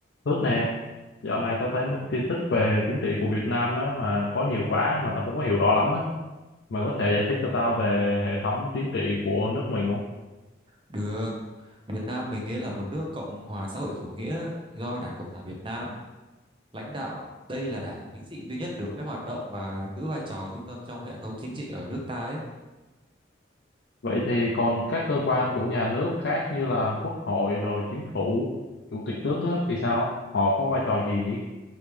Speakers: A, on the left (about 65°); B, on the right (about 25°).
A: Phước nè, dạo này tao thấy mấy cái tin tức về chính trị của Việt Nam á, mà có nhiều quá mà tao không có hiểu rõ lắm á. Mày có thể giải thích cho tao về hệ thống chính trị của nước mình không?
B: Được, Việt Nam mình ấy là một nước Cộng hòa xã hội chủ nghĩa do Đảng Cộng sản Việt Nam lãnh đạo. Đây là đảng chính trị duy nhất được phép hoạt động và giữ vai trò trung tâm trong hệ thống chính trị ở nước ta ấy.
A: Vậy thì còn các cơ quan của nhà nước khác như là Quốc hội rồi chính phủ, chủ tịch nước á, thì sao? Họ có vai trò gì nhỉ?